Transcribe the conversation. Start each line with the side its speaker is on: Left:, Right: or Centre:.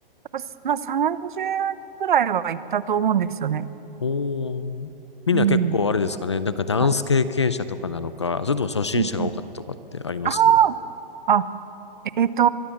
Right: ぱ、まあ、30くらいは行ったと思うんですよね。
Left: おー。みんな結構あれですかね。
Right: うん。
Left: なんかダンス経験者とかなのか、
Right: はい。
Left: それとも初心者が多かったとかってあります
Right: うんうん。ああ、あ、えっと、